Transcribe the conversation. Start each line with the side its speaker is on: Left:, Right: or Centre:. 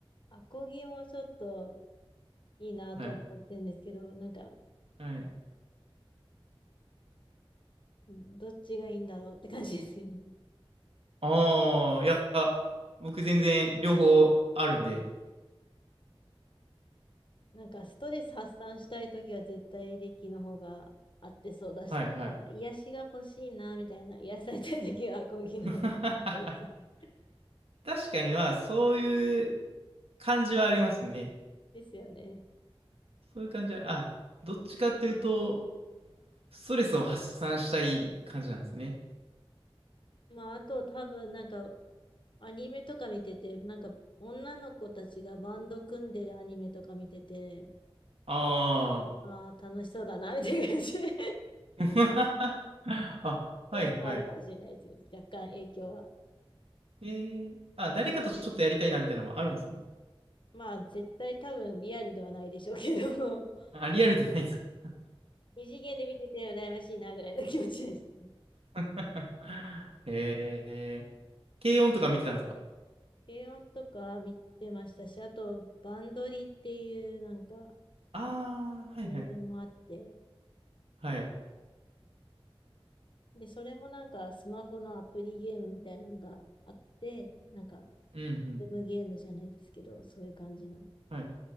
Left: アコギもちょっといいなとは思ってるんですけど、
Right: はい。
Left: なんか、
Right: はい。
Left: どっちがいいんだろうって感じですよね。
Right: ああ、いや、僕全然両方あるんで。
Left: なんかストレス発散したいときは絶対エレキの方が合ってそうだし、
Right: はいはい。
Left: なんか癒しが欲しいなみたいな、癒されたいときはアコギの方が良さそうですね。
Right: <laughs> 確かには、そういう感じはありますね。
Left: ですよね。
Right: そういう感じは、あ、どっちかっていうと、ストレスを発散したい感じなんですね。
Left: まあ、あと多分なんかアニメとか見てて、なんか女の子たちがバンド組んでるアニメとか見てて、
Right: ああ。
Left: ああ、楽しそうだな、みたいな感じ。<laughs> っ
Right: <laughs> あ、
Left: ていうのもあるかもしれないですね。
Right: はいはい。
Left: 若干影響は。
Right: えー、あ、誰かとちょっとやりたいなみたいなのもあるんですね。
Left: まあ、絶対多分リアルではないでしょうけど、<laughs>
Right: あ、リアルじゃないですか。
Left: 二次元で見てて羨ましいな、ぐらいの気持ちですね。
Right: <laughs> えー、軽音とか見てたんですか
Left: 軽音とか見てましたし、あと、バンドリっていうなんか
Right: ああー、はいはい。
Left: アニメもあって、
Right: はい。
Left: で、それもなんかスマホのアプリゲームみたいなのがあって、なんか、
Right: うん、うん。
Left: ズームゲームじゃないですけど、そういう感じの、
Right: はい。